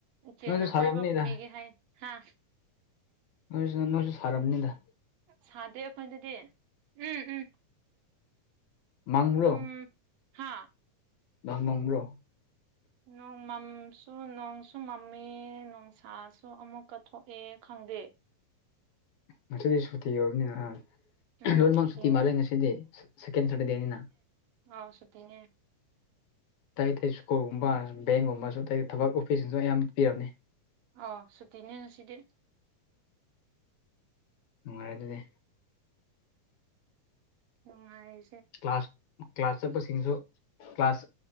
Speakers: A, on the right (about 75°); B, on the left (about 70°).
A: ꯏꯆꯦꯅ
B: ꯅꯣꯏꯁꯨ ꯁꯥꯔꯝꯅꯤꯗ
A: ꯀꯣꯏꯕ ꯄꯨꯕꯤꯒꯦ ꯍꯥꯏ ꯍꯥꯥ
B: ꯅꯣꯏꯁꯤꯅ ꯅꯣꯏꯁꯨ ꯁꯥꯔꯝꯅꯤꯗ
A: ꯁꯥꯗꯦ ꯑꯩꯈꯣꯏꯅꯗꯤ ꯎꯝ ꯎꯝ
B: ꯃꯪꯕ꯭ꯔꯣ
A: ꯑꯗꯨꯝ ꯍꯥꯥ
B: ꯅ ꯃꯪ꯭ꯔꯣ
A: ꯅꯣꯡ ꯃꯝꯁꯨ ꯅꯣꯡꯁꯨ ꯃꯝꯃꯦ ꯅꯣꯡꯁꯥꯁꯨ ꯑꯃꯨꯛꯀꯊꯣꯛꯑꯦ ꯈꯪꯗꯦ
B: ꯉꯁꯤꯗꯤ ꯁꯨꯇꯤ ꯑꯣꯏꯕꯅꯤꯅ ꯑ
A: ꯎꯝ
B: ꯂꯣꯏꯅꯃꯛ
A: ꯁꯨꯇꯤꯅꯦ
B: ꯁꯨꯇꯤ ꯃꯥꯜꯂꯦ ꯉꯁꯤꯗꯤ ꯁꯦꯀꯦꯟ ꯁꯇꯔꯗꯦꯅꯤꯅ
A: ꯍꯥꯎ ꯁꯇꯅꯦ
B: ꯑꯇꯩ ꯑꯇꯩ ꯁ꯭ꯀꯨꯜꯒꯨꯝꯕ ꯕꯦꯡꯒꯨꯝꯕꯁꯨ ꯑꯇꯩ ꯊꯕꯛ ꯑꯣꯐꯤꯁꯁꯤꯡꯁꯨ ꯑꯌꯥꯝ ꯄꯤꯔꯝꯅꯤ
A: ꯑꯥ ꯁꯨꯇꯤꯅꯦ ꯉꯁꯤꯗꯤ
B: ꯅꯨꯡꯉꯥꯢꯕꯅꯦ
A: ꯅꯨꯡꯉꯥꯏ
B: ꯀ꯭ꯂꯥꯁ ꯀ꯭ꯂꯥꯁ ꯆꯠꯄ ꯁꯤꯡꯁꯨ ꯀ꯭ꯂꯥꯁ